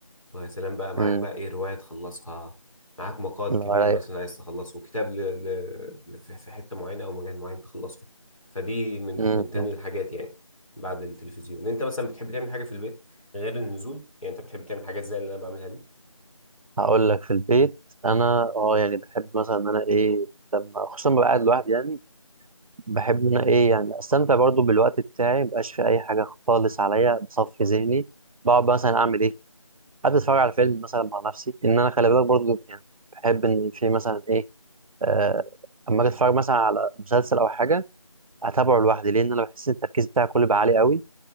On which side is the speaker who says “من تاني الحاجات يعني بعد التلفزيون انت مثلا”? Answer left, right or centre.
Left